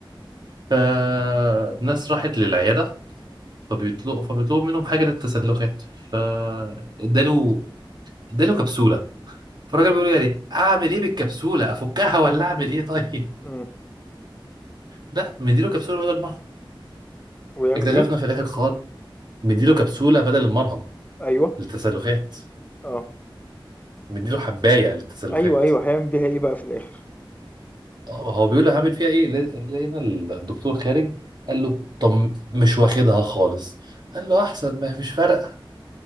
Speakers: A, on the right; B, on the left.
A: فالناس راحت للعيادة فبيطلبوا فبيطلبوا منهم حاجة للتسلخات فاداله اداله كبسولة فالراجل بيقول له يعني اعمل ايه بالكبسولة افكها ولا اعمل ايه <laughs> طيب
B: إمم.
A: لا مديله كبسولة بدل المرهم
B: ويعمل
A: اكتشفنا
B: إيه؟
A: في الاخر خالص مديله كبسولة بدل المرهم
B: أيوه،
A: للتسلخات
B: آه.
A: مديله حباية للتسلخات
B: أيوه، أيوه، هيعمل بيها إيه بقى في الآخر؟
A: آه، هو بيقول له هعمل فيها ايه ل- لقينا الدكتور خارج قال له طب مش واخدها خالص قال له احسن ما مش فارقه